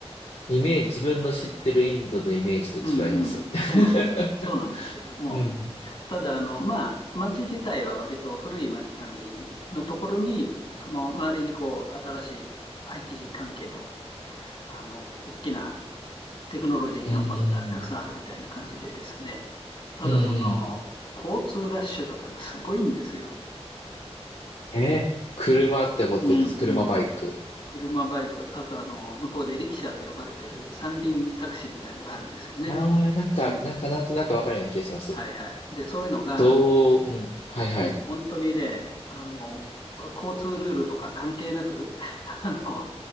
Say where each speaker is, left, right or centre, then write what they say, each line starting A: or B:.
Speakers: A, on the left; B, on the left.
A: イメージ、自分の知ってるインドのイメージと違います。
B: うんうん。
A: <laughs>
B: そうなんです。そうなんですけども、
A: うん。
B: ただ、あの、まあ、街自体は割と古い街並みのところに、その周りにこう、新しい IT 関係の、あの、大きなテクノロジーキャンパスがたくさんあるみたいな感じでですね、
A: うん。
B: ただその、
A: うんうん。
B: 交通ラッシュとかがすごいんですよ。
A: えー、車ってことです。
B: うんうん。
A: 車バイク。
B: 車、バイク、あとあの、向こうでリキシャって呼ばれてる三輪タクシーみたいのがあるんですよね。
A: ああ、なんか、
B: うん。
A: なんかなんとなくわかるような気がします。
B: はいはい。で、そういうのが、
A: どう、うん、はいはい。
B: もう本当にね、あの、交通ルールとか関係なく、<laughs> あの、